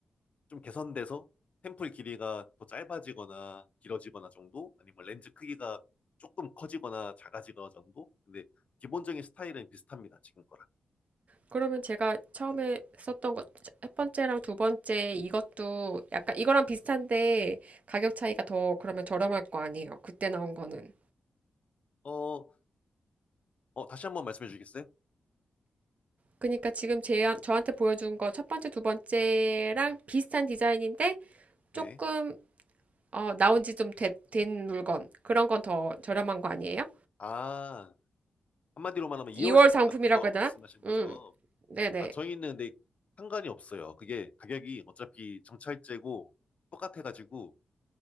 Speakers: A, on the left; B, on the right.
A: 좀 개선돼서 템플 길이가 더 짧아지거나 길어지거나 정도, 아니면 렌즈 크기가 조금 커지거나 작아지거나 정도. 근데 기본적인 스타일은 비슷합니다. 지금 거랑.
B: 그러면 제가 처음에 썼던 것, 첫 번째랑 두 번째 이것도 약간 이거랑 비슷한데 가격 차이가 더 그러면 저렴할 거 아니에요. 그때 나온 거는.
A: 어, 어, 다시 한 번 말씀해 주시겠어요?
B: 그러니까 지금 제, 저한테 보여준 거 첫 번째, 두 번째랑 비슷한 디자인인데
A: 네.
B: 조금 어, 나온 지 좀 된 물건. 그런 건 더 저렴한 거 아니에요?
A: 아, 한마디로만 하면 2월
B: 2월
A: 상품
B: 상품이라고
A: 같은 거
B: 해야
A: 말씀하시는
B: 되나?
A: 거죠?
B: 음. 네네.
A: 아, 저희는 근데 상관이 없어요. 그게 가격이 어차피 정찰제고 똑같아가지고,